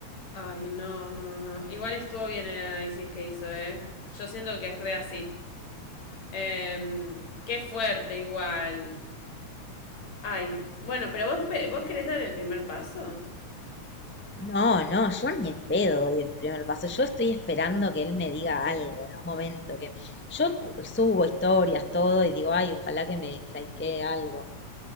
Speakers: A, on the left; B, in the centre.
A: Ay, no, no, no. Igual estuvo bien el análisis que hizo, ¿eh? Yo siento que es re así. Eh, qué fuerte igual. Ay, bueno, pero vos, pe- vos querés dar el primer paso.
B: No, no, yo ni en pedo doy el primer paso. Yo estoy esperando que él me diga algo en algún momento. Que yo escu- subo historias, todo, y digo, ay, ojalá que me likee algo.